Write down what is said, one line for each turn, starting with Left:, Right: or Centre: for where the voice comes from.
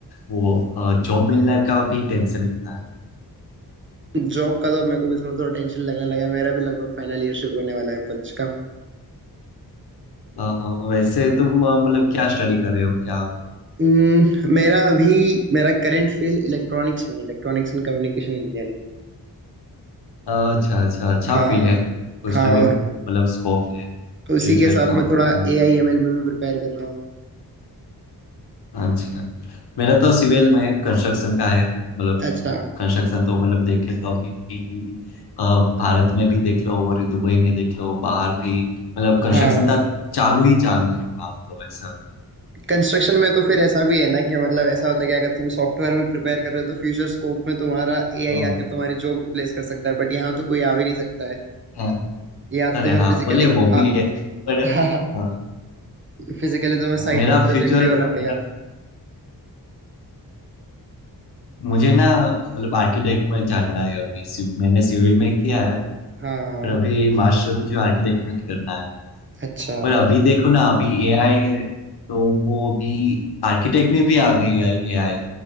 Left: वो जॉब मिलने का भी टेंशन इतना है
Right: जॉब का तो मेरे को भी थोड़ा थोड़ा टेंशन लगने लगा है। मेरा भी लगभग फाइनल ईयर शुरू होने वाला है कॉलेज का
Left: अ, हाँ, वैसे तुम अ, मतलब क्या स्टडी कर रहे हो क्या
Right: हम्म, मेरा अभी मेरा करंट फील्ड इलेक्ट्रॉनिक्स में इलेक्ट्रॉनिक्स एंड कम्युनिकेशन इंजीनियरिंग
Left: अच्छा अच्छा अच्छा
Right: हाँ
Left: फील्ड है उसमें
Right: हाँ और
Left: भी मतलब स्कोप है
Right: उसी
Left: फ्यूचर
Right: के साथ
Left: का
Right: मैं
Left: हम्म।
Right: थोड़ा ए आई एम एल में भी प्रिपेयर कर रहा हूँ
Left: अच्छा मेरा तो सिविल में कंस्ट्रक्शन का है मतलब
Right: अच्छा
Left: कंस्ट्रक्शन तो मतलब देखे तो अभी अ, भारत में भी देख लो और दुबई में देख लो बाहर भी मतलब कंस्ट्रक्शन
Right: हाँ
Left: का चालू ही चालू है काम तो ऐसा
Right: कंस्ट्रक्शन में तो फिर ऐसा भी है ना कि मतलब ऐसा होता है कि अगर तुम सॉफ्टवेयर में प्रिपेयर कर रहे हो तो फ्यूचर स्कोप में तुम्हारा एआई
Left: हाँ,
Right: आकर तुम्हारी जॉब रिप्लेस कर सकता है बट यहाँ तो कोई आ भी नहीं सकता है
Left: हाँ,
Right: यहाँ तो
Left: अरे
Right: तुम्हें
Left: हाँ
Right: फिजिकली
Left: बोले वो भी
Right: हाँ
Left: है पर
Right: <laughs>
Left: हाँ,
Right: फिजिकली तुम्हें साइट
Left: मेरा
Right: पर प्रेजेंट
Left: फ्यूचर
Right: भी होना
Left: मतलब
Right: पड़ेगा
Left: मुझे ना मतलब आर्किटेक्ट में जाना है अभी सिव- मैंने सिविल में किया है
Right: हाँ हाँ
Left: पर अभी मास्टर मुझे आर्किटेक्ट में करना है
Right: अच्छा
Left: पर अभी देखो ना अभी एआई है तो वो अभी आर्किटेक्ट में भी आ गई है एआई